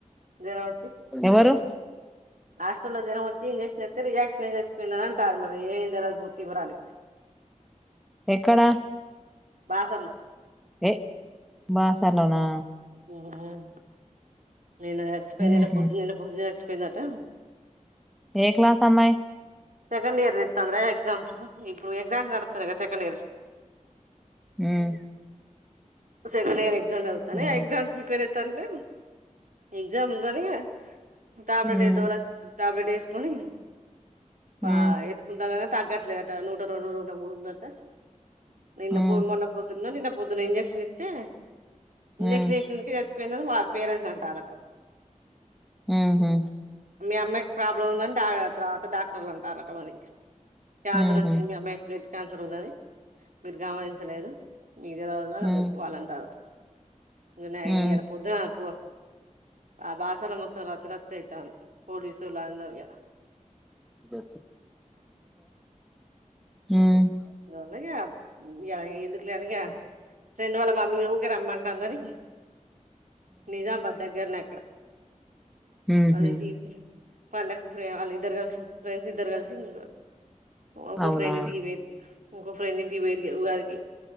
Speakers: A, on the right; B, in the centre.
A: జరం వచ్చి.
B: ఎవరు
A: హాస్ స్టల్లో జ్వరం వచ్చి ఇంజక్షన్ ఇత్తే రియాక్షన్ అయి చచ్ పోయిందని అంటారు మరీ ఏం తెల్వదు పూర్తి వివరాలు
B: ఎక్కడా?
A: బాసర్ల
B: ఎ బాసర్లనా.
A: వన్ నిన్న సచ్చిపోయింది. నిన్న
B: ఉహు
A: పొద్దున్నే నిన్న పొద్దున్న స్ పోయిందటా.
B: ఏ క్లాస్ అమ్మాయి
A: సెకెండ్ ఇయర్ రేప్ తొందరగా ఎగ్జామ్స్ ఇ ఇప్పుడూ ఎగ్జామ్స్ నడుతున్నయి గదా సెకండ్ ఇయర్ వి
B: ఉమ్
A: సేకండ్ ఇయర్ ఎగ్ గ్జామ్స్ జరుగుతానాయ్
B: ఉహు
A: ఆ ఎగ్జామ్స్ కి ప్రిపేర్ అయి తంటే. ఎగ్జామ్స్ అనీ టాబ్లెట్
B: ఉమ్
A: ఏ డోలా సిక్స్ ఫిఫ్టీ టాబ్లెట్ ఏస్ కొనీ పా
B: ఉమ్
A: ఏసుకుంట <unintelligible> తగ్గట్ లేద్ అటా. నూట రెండు నూట మూడు ఉందట. నిన్న
B: ఉమ్
A: ఫోన్ మొన్న పొద్దున్నో నిన్న పొద్దున ఇంజెక్షన్ ఇత్ త్తే ఇంజెక్షన్
B: ఉమ్
A: ఏసినందుకే సచ్చిపోయిందని వాల్ పేరెంట్స్ అంటారట.
B: ఊహు
A: మీ అమ్మాయిక్ ప్రాబ్లం ఉందనీ డా అర్స్ తర్వాత డాక్టర్లు అంటారట మరీ. క్యాన్సర్
B: ఉహు
A: వచ్చింది మీ అమ్మాయికి ప్లేట్ క్యాన్సర్ ఉందనీ మీరు గమనించలేదు. మీక్ తెల్వదా అని
B: ఉ ఉ
A: చెప్ అతు. గుడ్ నైయి
B: ఉ
A: ఇయాల పోద్దునా పో. ఆ బాసర మొత్తం రచ్చ రచ్చ అయితంది, పోలీసొళ్ళు అందర్ ఇగ.
B: పో ఉమ్మ్.
A: మెల్లగా ఉమ్. యా <unintelligible> గా. ఫ్రెండ్ వాళ్ళ మమ్మీ ఊకె రమ్మన్. రమ్మనీ. నిజాంబాద్ దగ్గరనే అక్కడ
B: ఉహు
A: వాళ్ళంటికి <unintelligible> వాళ్ళకు ఫ్రెం, వాళ్ళు ఇద్దరు కలిసి, ఫ్రెండ్స్ ఇద్దరు కలిసి ఇంగ. ఇంకో
B: అవునా
A: ఫ్రెండింటికి పోయింర్రీగా. ఇంకో ఫ్రెండింటికి పోయింర్రీ గా ఉగాదికి.